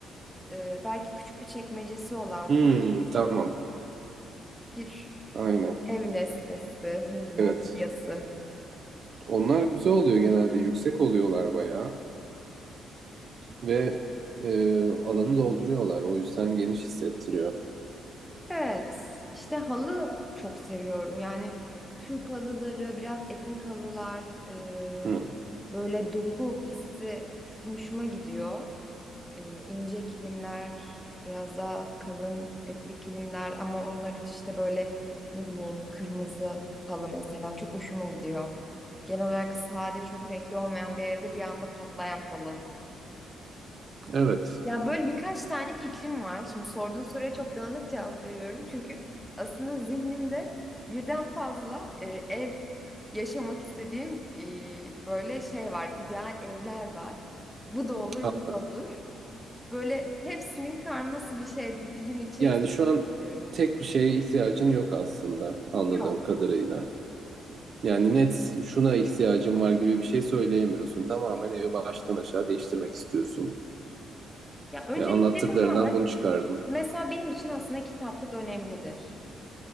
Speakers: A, in the centre; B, on the right.
A: e, belki küçük bir çekmecesi olan
B: Hmm,
A: falan
B: tamam.
A: bir
B: Aynen.
A: ev nesnesi, mobilyası.
B: Evet. Onlar güzel oluyor genelde. Yüksek oluyorlar bayağı. Ve e, alanı dolduruyorlar. O yüzden geniş hissettiriyor.
A: Evet, işte halı çok seviyorum. Yani Türk halıları, biraz etnik halılar, e,
B: Hmm,
A: böyle doku hissi hoşuma gidiyor. E, ince kilimler, biraz daha kalın etli kilimler ama onların işte böyle ne bileyim kırmızı halı mesela çok hoşuma gidiyor. Genel olarak sade, çok renkli olmayan bir evde bir anda patlayan halı.
B: Evet.
A: Ya böyle birkaç tane fikrim var. Şimdi sorduğun soruya çok dağınık cevap veriyorum. Çünkü aslında zihnimde birden fazla e, ev yaşamak istediğim e, böyle şey var. İdeal evler var. Bu da olur,
B: A-
A: bu da olur. Böyle hepsinin karması bir şeyin içerisinde
B: Yani şu an
A: diyorum.
B: tek bir şeye ihtiyacın yok aslında anladığım
A: Yok.
B: kadarıyla. Yani net şuna ihtiyacım var gibi bir şey söyleyemiyorsun. Tamamen evi baştan aşağı değiştirmek istiyorsun.
A: Ya önceliklerim
B: Yani anlattıklarından
A: var.
B: bunu çıkardım.
A: Mesela benim için aslında kitaplık önemlidir.